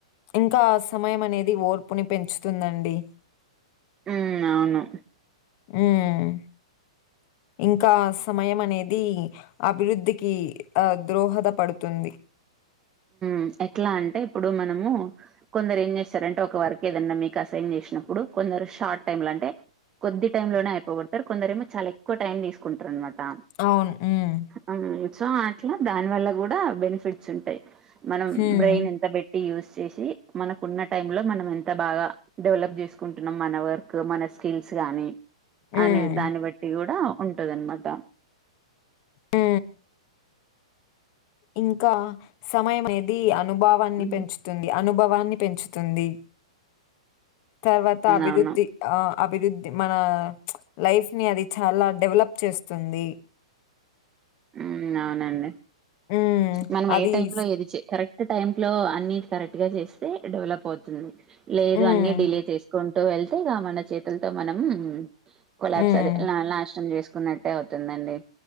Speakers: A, on the left; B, on the right.
A: ఇంకా సమయం అనేది ఓర్పుని పెంచుతుందండి
B: ఉమ్ ఔను
A: హుమ్ ఇంకా సమయం అనేది అభిరుద్ధికి ఆ ద్రోహద పడుతుంది
B: హ్మ్ ఎట్లా అంటే ఇప్పుడు మనము కొందరు ఏం జేస్తారంటే ఒక వర్క్ ఏదన్నా మీక్ అసైన్ చేష్ నప్పుడు కోద్ దరు షార్ట్ టైమ్ లో అంటే కొద్ది టై లోనే ఐపోగోడ్ తరు కొందరు ఏమో చాలా ఎక్కు టైం దీస్ కుంట్రూ అన్ మాట్ టా
A: అవును. హ్మ్.
B: ఆ సో అట్లా దాని వల్ల గూడా బెనిఫిట్స్ ఉంటాయ్ మనం
A: హ్మ్.
B: బ్రెయిన్ ఎంత పెట్టి యూస్ చేసి మనకున్న టైమ్లో మనం ఎంత బాగా డెవలప్ చేసుకుంటున్నాం మన వర్క్ మన స్కిల్స్ ని
A: హ్మ్.
B: అనే దాన్ని బట్టి కూడా ఉంటుందనమాట
A: ఆ ఇంకా సమయం అనేది అనుభవాన్ని
B: ఉమ్
A: పెంచుతుంది అనుభవం పెంచుతుంది తర్వాత అభివృద్ధి
B: అవును
A: ఆ అభివృద్ధి మన లైఫ్ ని అది చాలా డెవలప్ చేస్తుంది
B: హ్మ్మ్ అవునండి
A: హ్మ్.
B: మనం
A: అది
B: ఏ టైలో
A: స్
B: ఏదిచే కరెక్ట్ టైమ్లో అన్ని కరెక్ట్గా చేసి టే డెవోల్ప్ అవుతుంది లేదు
A: హ్మ్.
B: అన్ని డిలే చేసుకు వెళ్తే రామన్న చేతులతో మనం కొలబ్స్
A: హ్మ్.
B: అదే నాశనం చేస్ కున్నట్టే అవుతుందండి